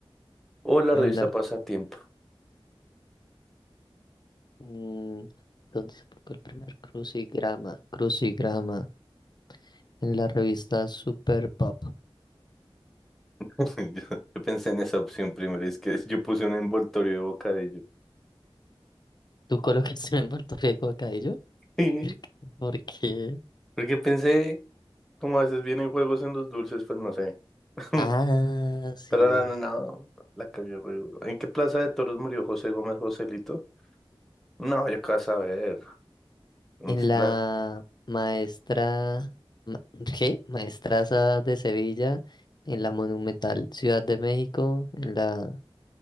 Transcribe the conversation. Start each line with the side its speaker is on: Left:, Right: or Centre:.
Centre: o la
Left: en
Centre: revista
Left: la...
Centre: Pasatiempo.
Left: mm, ¿dónde se publicó el primer crucigrama? Crucigrama en la revista Super Pop.
Centre: <laughs> Yo, yo pensé en esa opción primero, es que yo puse un envoltorio de bocadillo. <laughs>
Left: ¿Tú colocaste un envoltorio de bocadillo?
Centre: Sí,
Left: <laughs> ¿Por qué?
Centre: Porque pensé, como a veces vienen juegos en los dulces, pues no sé. <laughs>
Left: Ah, sí.
Centre: Pero no, no, no, la cagué re duro. ¿En qué plaza de toros murió José Gómez Joselito? No, yo qué vas a ver. En
Left: En la
Centre: la-
Left: maestra ma- ¿qué? Maestraza de Sevilla, en la monumental Ciudad de México, en la